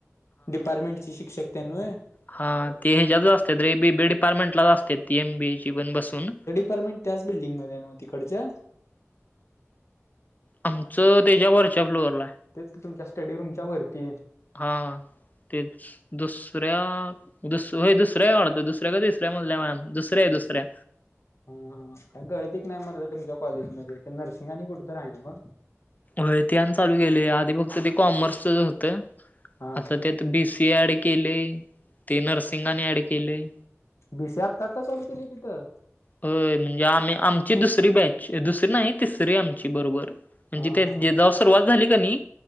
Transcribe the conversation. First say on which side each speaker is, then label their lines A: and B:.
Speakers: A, on the left; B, on the left.
A: डिपार्टमेंटची शिक्षक तेन व्हय
B: हा ते ह्याच्यातच असते तर ए बी बी डिपार्टमेंटलाच असते ती एम बीची पण बसून
A: परमिंट त्याच बिल्डिंगमध्ये ना तिकडच्या.
B: आमचं त्याच्या वरच्या फ्लोअरला
A: तेच की तुमच्या स्टडी रूमच्या वरती आहे
B: हाय. तेच. दुसऱ्या दुस दुसऱ्या वाढतं दुसऱ्या का तिसऱ्या मजल्यावर दुसऱ्या दुसऱ्या
A: हा हा का गळत एक मेबर ज तुमच्या कॉलेजमध्ये ते नर्सिंग आणि कुठ तर रा आहे नाव.
B: हो तेन चालू गेले आधी फक्त ते कॉमर्सच होतं
A: हा
B: आता त्यात बी सी. ते ऍड केले ते नर्सिंग‌ आणि ऍड केलय.
A: बीसी आत्ता आता चालू केली तिथं.
B: होय म्हणजे आम् आमची दुसरी बॅच दुसरी नाही तिसरी आमची बरोबर. म्हणजे
A: हा
B: ते
A: हा हा
B: जवा सुरुवात झाली की नाही